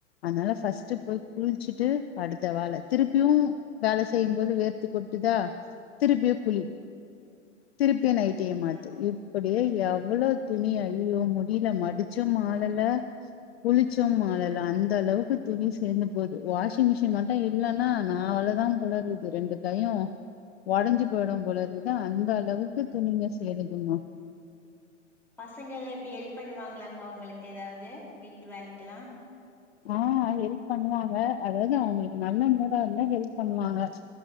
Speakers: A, on the left; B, in the centre.
A: அதனால பஸ்ட்ட் போய் குளிச்சுட்டு அடுத்த வேலை திருப்பியும் வேலை செய்யும் போது வேர்த்து கொட்டுதா திருப்பியும் குளி திருப்பிய நைடியை
B: அ
A: மாட்டு
B: ஆ
A: இப்டியே எவ்வளோ துணி அய்யே கீழ மடிச்சும் மாழல குளிச்சும் மாழல அந்த அளவுக்கு துணி சேர்ந்து போகுது வாஷிங் மிஷின் மட்டும் இல்லைன்னா நா அவளதான் போலருக்கு ரெண்டு கையும் உடஞ்சு போயிடும் போலருக்கு அந்த அளவுக்கு துணிங்க சேந்துருக்குமா
B: பசங்கள் எலாம் எப்படி ஹெல்ப் பண்ணுவாங்களாக்கா உங்களுக்கு ஏதாவது விட் விட்டு வேலைக்கலாம்
A: ஆ ஹெல்ப் பண்ணுவாங்க அதாவது அவங்களுக்கு நல்ல மூடா இருந்தா ஹெல்ப் பண்ணுவாங்க